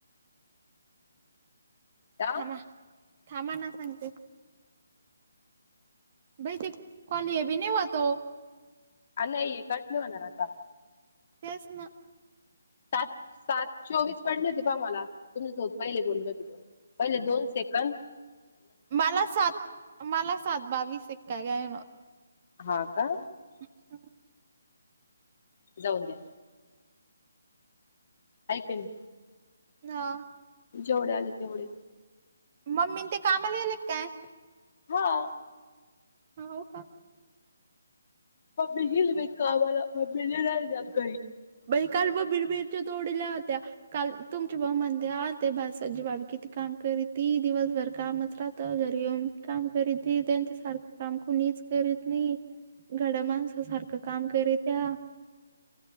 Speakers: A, on the left (about 45°); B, on the right (about 35°).
A: आणि
B: थांमा,, थांमा ना सांगते. बैसे, कॉली हे ब नाही होत हो.
A: नाही एकाट नाही होणार आताऽ
B: तेच ना.
A: सात, सात चोवीस पडले होते बा मला तुम्ही झ होत पहिले बोलल तिथोऽ. पहिले दोन सेकंदऽ.
B: मला सात, मला सात बावीस एक काय कायणऽ.
A: हा का?
B: अच्छा,
A: जाऊन द्या. आय क नै?
B: हा,
A: जेवढे आले तेवढे.
B: मग मी ते कामाला गेले काय?
A: हा,
B: हा हो का?
A: म्बी झीलल व कावाला म्बी ल जग गईऽ
B: बई काल म बिरबिरच्या तोडील्या होत्या, काल तुमचे भाऊ म्हणतात द्या आ तेजी बाबी किती काम करी ती, दिवसभर कामच राहऽ त घरी येऊनी काम करीती, त्यांच्यासारखं काम कुणीच करीत नाही. गड्या माणसा सारखं काम करे त्याऽ